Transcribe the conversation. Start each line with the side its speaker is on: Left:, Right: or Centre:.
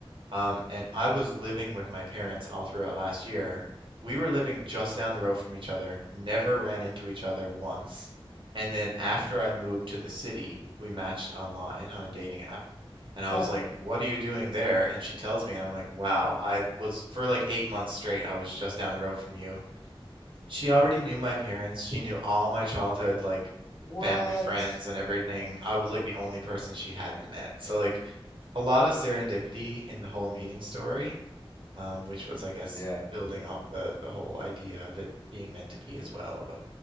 Right: um, and I was living with my parents all throughout last year. We were living just down the road from each other, never ran into each other once. And then after I moved to the city, we matched online on a dating app. And I
Left: Huh.
Right: was like, "What are you doing there?" And she tells me, and I'm like, "Wow, I was for like eight months straight, I was just down the road from you." She already knew my parents. She knew all my childhood, like
Left: What?
Right: family, friends, and everything. I was like the only person she hadn't met. So like a lot of serendipity in the whole meeting story, um, which was, I guess,
Left: Yeah.
Right: building up the the whole idea of it being meant to be as well. But